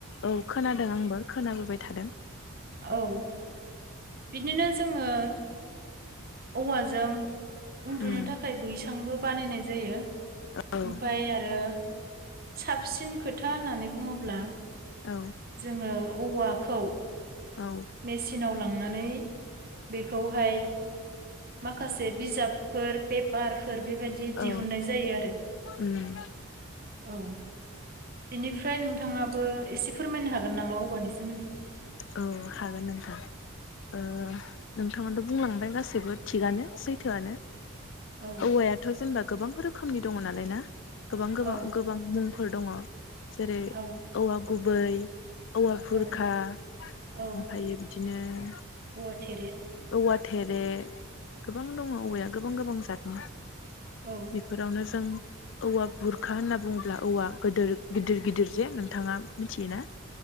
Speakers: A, on the left; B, on the right.
A: औ खोनादों आंबो खोनाबोबाय थादों।
B: औ बिदिनो जोङो औवाजों उन्दुनो
A: उम
B: थाखाय बैसांबो बानायनाय जायो। ओमफ्राय
A: औ
B: आरो साबसिन खोथा होननानै बुङोब्ला <inaudible>
A: औ
B: जोङो औवाखौ
A: औ
B: मेसिनाव लां नानै बेखौहाय माखासे बिजाबफोर पेपार फोर बेबायदि
A: औ
B: दिहुननाय जायो आरो।
A: उम
B: औ। बेनिफ्राय नोंथाङाबो एसे फोरमायनो हागोन नामा औवानि सो
A: औ हागोन नोंथां <inaudible> ओ नोंथाङानोथ' बुंलांबाय गासैबो थिगआनो सैथोआनो।
B: औ
A: औवायाथ' जेनबा गोबां रोखोमनि दङ नालाय ना? गोबां गोबां
B: औ
A: गोबां मुं फोर दङ। जेरै
B: औ
A: औवा गुबै औवा बुर
B: औ
A: खा ओमफायो
B: औ
A: बिदि बिदिनो
B: औवा थेरे
A: औवा थेरे गोबां दङ औवाया गोबां गोबां जतनि।
B: औ
A: बेफोरावनो जों औवा बुरखा होनना बुङोब्ला औवा गोदोर गिदिर गिदिर जे नोंथाङा मिथियो ना?